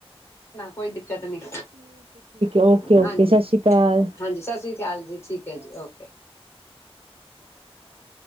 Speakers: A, on the left; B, on the right.
A: ਕੋਈ ਦਿ ਕਤ ਨਹੀਂ,
B: ਓਕੇ-ਓਕੇ
A: ਹਾਂਜੀ-ਹਾਂਜੀ,
B: ਸਤਿ ਸ਼੍ਰੀ ਅਕਾਲ।
A: ਸਤ ਸ੍ਰੀ ਅਕਾਲ ਜੀ ਠੀਕ ਹੈ ਜੀ ਓਕੇ। <unintelligible>